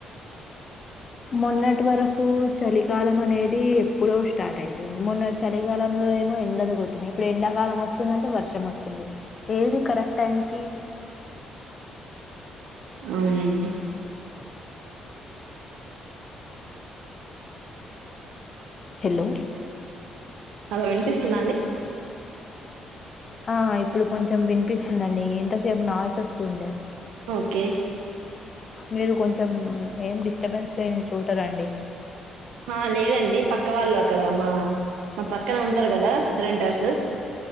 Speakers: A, on the left; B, on the right.
A: మొన్నటి వరకు చలికాలం అనేది ఇప్పుడు స్టార్ట్ అయిపోయింది మొన్న చలికాలంలో ఏమో ఎండలు కొట్టినయి ఇప్పుడు ఎండాకాలం వస్ వస్తుందంటే వర్షం వస్తుంది ఏది కరెక్ట్ టైంకి
B: అవునండి
A: <inaudible> హలో
B: హలో వినిపిస్తుందా అండి
A: ఆ ఇప్పుడు కొంచెం వినిపిస్తుందండి ఎంతసేపు నాయిస్ అస్తుండే
B: ఓకే
A: మీరు కొంచెం ఏం డిస్టర్బెన్స్ లేని చోట రండి
B: హ లేదండి పక్ పక్క వాళ్ళు అక్కడ మా మా పక్కన ఉంటారు కదా రెంటర్స్